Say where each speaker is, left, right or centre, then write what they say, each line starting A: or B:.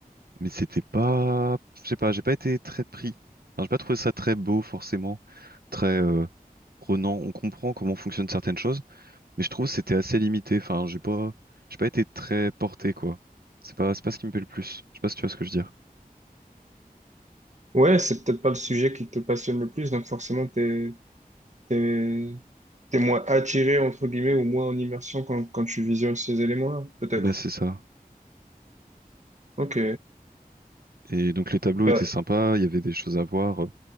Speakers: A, on the right (about 75°); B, on the right (about 50°).
A: Mais c'était pas, je sais pas, j'ai pas été très pris. Enfin, j'ai pas trouvé ça très beau forcément, très euh, prenant. On comprend comment fonctionnent certaines choses, mais je trouve que c'était assez limité. Enfin, j'ai pas, j'ai pas été très porté quoi. C'est pas, c'est pas ce qui me plaît le plus. Je sais pas si tu vois ce que je veux dire.
B: Ouais, c'est peut-être pas le sujet qui te passionne le plus, donc forcément, t'es T'es, t'es moins attiré, entre guillemets, ou moins en immersion quand, quand tu visionnes ces éléments-là, peut-être.
A: Bah c'est ça.
B: Ok.
A: Et donc les tableaux
B: Bah,
A: étaient sympas, il y avait des choses à voir, euh,